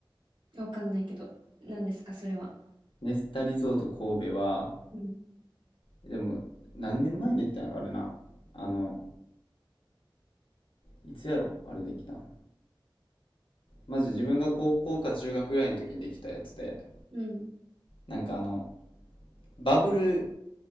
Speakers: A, on the right; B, on the left.
A: わかんないけど、何ですか、それは。
B: ネスタリゾート神戸は、
A: うん。
B: でも、何年前にできたんやろ、あれな。あの、いつやろ、あれできたん。マジ自分が高校か中学ぐらいの時にできたやつで、
A: うん。
B: なんかあの、バブル